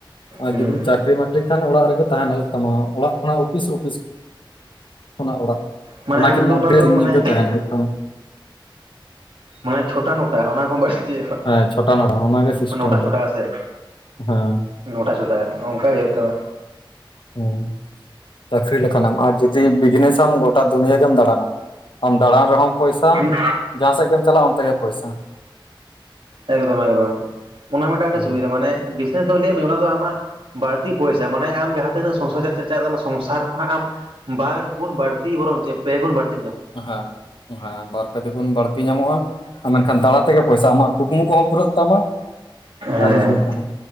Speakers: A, on the left (about 65°); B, on the right (about 80°).
A: ᱟᱨ
B: ᱦᱩᱸ
A: ᱡᱩᱫᱤᱢ ᱪᱟᱹᱠᱨᱤ ᱢᱟ ᱠᱷᱟᱱ ᱚᱲᱟᱜ ᱨᱮᱜᱮ ᱛᱟᱦᱮᱱ ᱦᱩᱭᱩᱜ ᱛᱟᱢᱟ ᱚᱲᱟᱜ ᱠᱷᱚᱱᱟᱜ ᱩᱯᱤᱥ ᱩᱯᱤᱥ ᱠᱷᱚᱱᱟᱜ ᱚᱲᱟᱜ
B: ᱢᱟᱱᱮ
A: ᱚᱱᱟᱠᱤᱱ
B: ᱟᱢ ᱫᱚ
A: ᱢᱚᱫᱽᱫᱷᱮ
B: ᱚᱱᱟ ᱫᱚ
A: ᱥᱤᱧ
B: ᱢᱟᱱᱮ
A: ᱧᱤᱫᱟᱹ ᱛᱟᱦᱮᱱ ᱦᱩᱭᱩᱜ ᱛᱟᱢᱟ
B: ᱢᱟᱱᱮ ᱪᱷᱳᱴᱟ ᱱᱚᱴᱟ ᱚᱱᱟ ᱠᱚ <inaudible> ᱪᱮᱫ ᱦᱚᱸ
A: ᱦᱮᱸ ᱪᱷᱚᱴᱟ ᱱᱚᱴᱟ ᱚᱱᱟᱜᱮ ᱥᱤᱥᱴᱮᱢ
B: ᱵᱟᱝ ᱱᱚᱴᱟ
A: ᱫᱚ
B: ᱪᱷᱚᱴᱟ ᱥᱮ
A: ᱦᱮᱸ
B: ᱱᱚᱴᱟ ᱪᱷᱚᱴᱟ ᱚᱱᱠᱟᱜᱮ ᱡᱷᱚᱛᱚ
A: ᱦᱮᱸ ᱪᱟᱠᱨᱤ ᱞᱮᱠᱟᱱᱟᱜᱢ ᱟᱨ ᱡᱩᱫᱤ ᱵᱤᱡᱽᱱᱮᱥᱟᱢ ᱜᱚ ᱜᱚᱴᱟ ᱫᱩᱱᱭᱟᱹ ᱜᱮᱢ ᱫᱟᱬᱟᱱᱟ ᱟᱢ ᱫᱟᱬᱟᱱ ᱨᱮᱦᱚᱸᱢ ᱯᱚᱭᱥᱟ
B: ᱦᱮᱸ
A: ᱡᱟᱦᱟᱸ ᱥᱮᱫ ᱜᱮᱢ ᱪᱟᱞᱟᱜᱼᱟ ᱚᱱᱛᱮ ᱜᱮ ᱯᱚᱭᱥᱟ <inaudible>
B: ᱮᱠᱫᱚᱢ ᱮᱠᱫᱚᱢ ᱚᱱᱟ ᱢᱤᱫᱴᱟᱝ ᱟᱰᱤ
A: ᱦᱮᱸ
B: ᱥᱩᱵᱤᱫᱷᱟ ᱢᱟᱱᱮ ᱵᱤᱥ ᱞᱟᱹᱭᱟ ᱢᱤᱭᱟᱹᱧ ᱚᱱᱟ ᱫᱚ ᱟᱢᱟᱜ ᱵᱟᱹᱲᱛᱤ ᱯᱚᱭᱥᱟ ᱢᱟᱱᱮ ᱟᱢ ᱡᱟᱦᱟᱸ ᱛᱤᱱᱟᱹᱜ ᱥᱚᱝᱥᱟᱨ ᱪᱟ ᱪᱟᱞᱟᱜ ᱛᱟᱢᱟ ᱥᱚᱝᱥᱟᱨ ᱠᱷᱚᱱᱟᱜ ᱟᱢ ᱵᱟᱨ ᱜᱩᱱ ᱵᱟᱲᱛᱤ ᱵᱚᱨᱚᱝ ᱪᱮᱫ ᱯᱮ ᱜᱩᱱ ᱵᱟᱲᱛᱤ
A: ᱦᱮᱸ ᱦᱮᱸ ᱵᱟᱨ ᱯᱮ ᱫᱮᱜᱩᱱ ᱵᱟᱹᱲᱛᱤ ᱧᱟᱢᱚᱜᱼᱟ ᱢᱮᱱᱠᱷᱟᱱ ᱫᱟ ᱛᱮᱜᱮ ᱯᱚᱭᱥᱟ ᱟᱢᱟᱜ ᱠᱩᱠᱢᱩ ᱠᱚᱦᱚᱸ ᱯᱩᱨᱟᱹᱜ ᱛᱟᱢᱟ
B: ᱦᱮᱸ
A: ᱟᱨ ᱤᱭᱟᱹ ᱛᱮᱦᱚᱸ